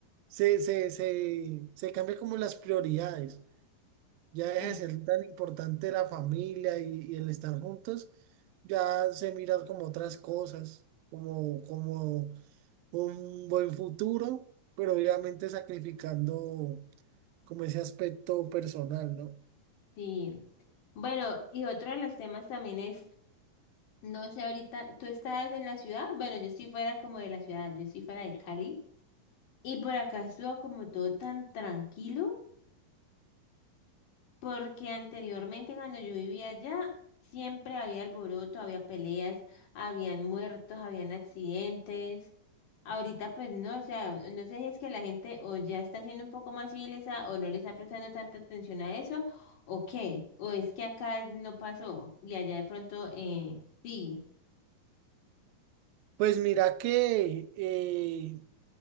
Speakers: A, on the right; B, on the left.
A: se, se, se, se cambia como las prioridades. Ya deja
B: eh,
A: de ser tan importante la familia y, y el estar juntos, ya se miran como otras cosas, como, como un buen futuro, pero obviamente sacrificando como ese aspecto personal, ¿no?
B: sí. Bueno, y otro de los temas también es, no sé, ahorita, ¿tú estabas en la ciudad? Bueno, yo sí fuera como de la ciudad, yo sí fuera de Cali. Y por acá estuvo como todo tan tranquilo. Porque anteriormente cuando yo vivía allá, siempre había alboroto, había peleas, habían muertos, habían accidentes. Ahorita pues no, o sea, no sé si es que la gente o ya está siendo un poco más civilizada o no le está prestando tanta atención a eso, o qué, o es que acá no pasó y allá de pronto eh, sí,
A: Pues mira que eh,